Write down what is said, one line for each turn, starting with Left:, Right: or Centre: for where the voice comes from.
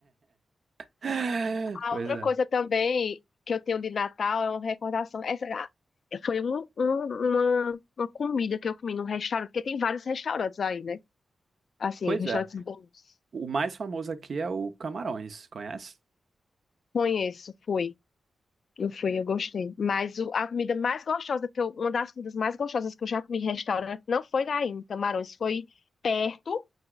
Right: <laughs>
Left: A
Right: Pois
Left: outra
Right: é.
Left: coisa também que eu tenho de Natal é uma recordação. Essa ah, foi um- um- uma, uma comida que eu comi num restaurante, porque tem vários restaurantes aí, né? Assim,
Right: Pois
Left: restaurantes
Right: é.
Left: bons.
Right: O mais famoso aqui é o Camarões, conhece?
Left: Conheço, fui. Eu fui, eu gostei. Mas o- a comida mais gostosa que eu, uma das comidas mais gostosas que eu já comi em restaurante não foi lá em Camarões, foi perto,